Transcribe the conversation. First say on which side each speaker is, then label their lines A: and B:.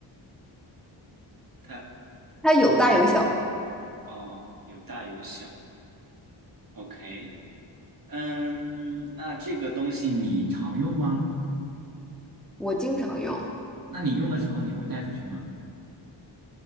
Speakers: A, on the right (about 45°); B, in the centre.
A: 它
B: 它有大有小，
A: 哦，有大有小。OK，嗯，那这个东西你常用吗？
B: 我经常用，
A: 那你用的时候你会带出去吗？